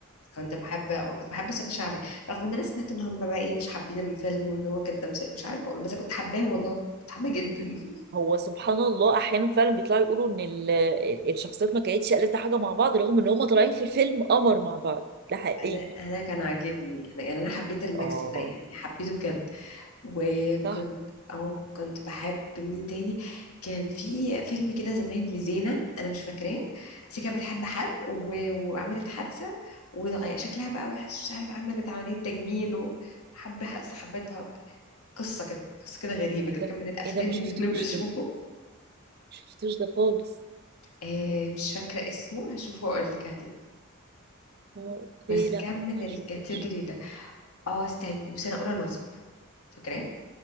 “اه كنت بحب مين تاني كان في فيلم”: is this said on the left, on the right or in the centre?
Left